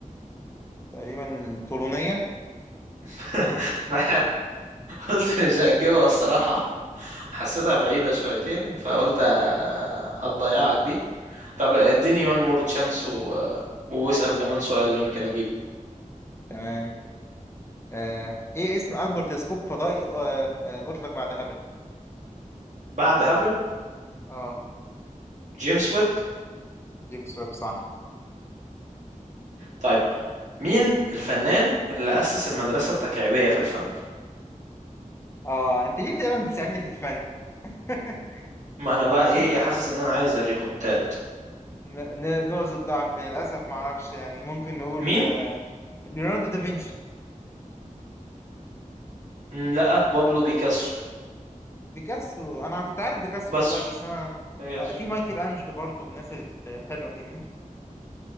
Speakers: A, on the left; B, on the right.
A: تقريبا الطولونية
B: <laughs>
A: <laughs>
B: قلت مش هتجيبها الصراحة حسيتها بعيدة شويتين فقلت آه، هتضيعك دي طب اديني وان مور تشانس و... واسأل كمان سؤال يمكن اجيبه
A: تمام آه. ايه اسم اكبر تلسكوب فضائي آه. آه. اطلق بعد هابل
B: بعد هابل
A: اه
B: جيمس ويب
A: جيمس ويب صح
B: طيب مين الفنان اللي أسس المدرسة التكعيبية في الفن
A: اه انت ليه دايما بتساعدني في الفن <laughs>
B: ما انا بقى ايه
A: نقطة
B: حاسس ان انا عايز الريمونتاد
A: ن- ن- نقطة ضعف للأسف ما أعرفش يعني ممكن نقول
B: مين
A: آه، ليوناردو دافنشي
B: مم، لا بابلو بيكاسو
A: بيكاسو انا كنت عارف بيكاسو
B: بس
A: والله بس انا
B: بيكاسو
A: آه، في مايكل انجلو برضو والناس الحلوه دي